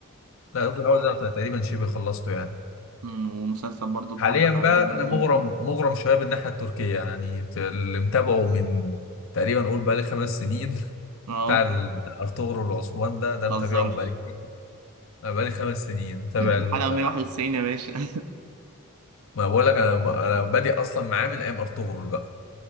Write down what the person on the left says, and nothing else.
لا دكتور هاوس ده تقريبا شبه خلصته يعني
حاليا بقى
انا مغرم مغرم شويه بالناحيه التركيه يعني ت- اللي متابعه من تقريبا قول بقالي خمس سنين <laughs>
بتاع ال- ارطغرل والعثمان ده ده
متابعهم
بقالي كتير. أنا بقالي خمس سنين متابع
ال...
ما بقول لك انا انا بادئ اصلا معاه من ايام ارطغرل بقى